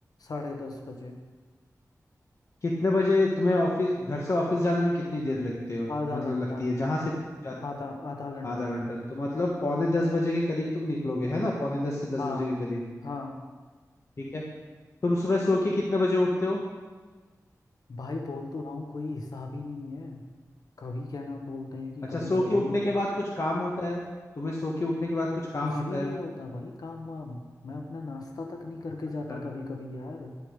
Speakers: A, on the left; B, on the left.
A: साढ़े दस बजे
B: कितने बजे तुम्हें ऑफिस घर से ऑफिस जाने में कितनी देर लगते हो
A: आधा
B: मतलब
A: घंटा
B: लगती है जहां से जाते
A: आधा आधा घंटा
B: आधा घंटा तो मतलब पौने दस बजे के करीब तुम निकलोगे है ना पौने दस से दस
A: हाँ
B: बजे के करीब
A: हाँ
B: ठीक है तुम सुबह सो के कितने बजे उठते हो
A: भाई बोल तो रहा हूँ कोई हिसाब ही नहीं है कभी क्या नाम बोलते हैं कि
B: अच्छा
A: कभी
B: सो
A: जल्दी
B: के उठने
A: उठ
B: के बाद कुछ काम होता है तुम्हें सो के उठने के बाद कुछ काम
A: कुछ
B: होता
A: भी नहीं
B: है
A: होता भाई काम वाम मैं अपना नाश्ता तक नहीं करके
B: अच्छा
A: जाता कभी कभी यार